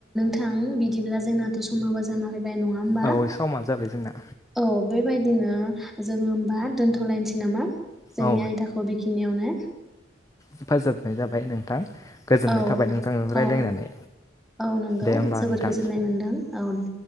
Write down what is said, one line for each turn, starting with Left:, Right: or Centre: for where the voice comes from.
Centre: थां बिदिब्ला जोंनाथ' समाबो जाना फै बाय नङा होम्बा
Left: औ
Centre: औ
Left: समा जाबाय जोंना
Centre: बे बायदिनो जोङो होमबा दोन्थ'लायनोसै नामा जोंनि
Left: औ
Centre: आयदाखौ बेखिनियावनो
Left: हेफाजाबनाय जाबाय नोंथां गोजोननाय
Centre: औ
Left: थाबाय नोंथां नोंथांजों राय्लायनानै
Centre: औ औ नंगौ
Left: दे होमबा
Centre: जोबोर
Left: नोंथां।
Centre: गोजोननाय मोनदों औ दे